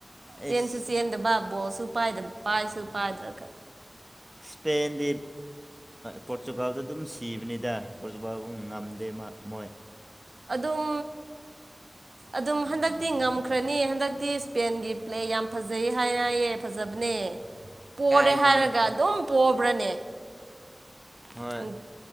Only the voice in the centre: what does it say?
ꯑꯦꯁ
ꯏꯁꯄꯦꯟꯗꯤ ꯄꯣꯔꯇꯨꯒꯥꯜꯗ ꯑꯗꯨꯝ ꯁꯤꯕꯅꯤꯗ ꯄꯣꯔꯇꯨꯒꯥꯜꯒ ꯉꯝꯗꯦ ꯃꯥ ꯃꯣꯏ
ꯀꯥꯏꯗꯅꯣꯗ
ꯍꯣꯏ